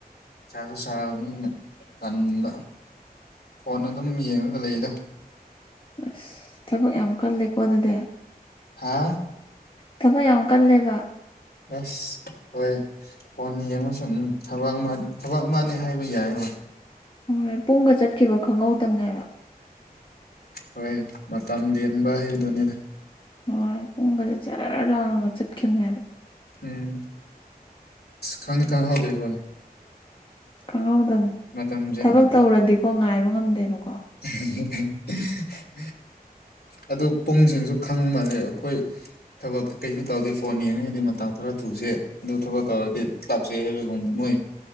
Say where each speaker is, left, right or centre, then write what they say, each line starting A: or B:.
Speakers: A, on the left; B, on the left.
A: ꯆꯒ ꯆ ꯇꯟꯗ ꯐꯣꯟ ꯑꯗꯨꯝ ꯌꯦꯡꯉꯒ ꯂꯩꯌꯦꯗ
B: ꯑꯁ ꯊꯕꯛ ꯌꯥꯝ ꯀꯜꯂꯦꯀꯣ ꯑꯗꯨꯗꯤ
A: ꯍꯥꯥ
B: ꯊꯕꯛ ꯌꯥꯝ ꯀꯜꯂꯦꯕ
A: ꯑꯁ ꯍꯣꯏ ꯐꯣꯟ ꯌꯦꯡ ꯎꯝ ꯊꯕꯛ ꯊꯕꯛ ꯑꯃꯅꯦ ꯍꯥꯏꯕ ꯌꯥꯏ ꯍꯣꯏ
B: ꯍꯣꯏ ꯄꯨꯡꯒ ꯆꯠꯈꯤꯕ ꯈꯪꯍꯧꯗꯗꯝꯅꯦꯕ
A: ꯍꯣꯏ ꯃꯇꯝ ꯌꯦꯟꯕ ꯍꯩꯗꯨꯅꯤꯗ
B: ꯍꯣꯏ ꯄꯨꯡꯒꯁ ꯖꯔ ꯂꯥꯎꯉꯒ ꯆꯠꯈꯤꯕꯅꯦꯕ
A: ꯎꯝ ꯈꯉ ꯊꯉꯗ ꯍꯣꯏ
B: ꯈꯪꯍꯧꯗꯝ
A: ꯃꯇꯝꯁꯦ
B: ꯊꯕꯛ ꯇꯧꯔꯗꯤꯀꯣ ꯉꯥꯏꯕ ꯉꯝꯗꯦꯕꯣ
A: ꯎ
B: <inaudible>
A: ꯑꯗꯨ ꯄꯨꯡꯁꯤꯡꯁꯨ ꯈꯪ ꯃꯥꯜꯜꯂꯤꯦ ꯑꯩꯈꯣꯏ ꯊꯕꯛ ꯀꯩꯁꯨ ꯇꯧꯗꯦ ꯐꯣꯟ ꯌꯦꯡꯉꯉꯩꯗꯤ ꯃꯇꯝ ꯈꯔ ꯊꯨꯁꯦ ꯑꯗꯨ ꯊꯕꯛ ꯇꯧꯔꯗꯤ ꯀ꯭ꯂꯞꯁꯦ ꯍꯥꯏꯕꯒꯪꯕ ꯃꯣꯏ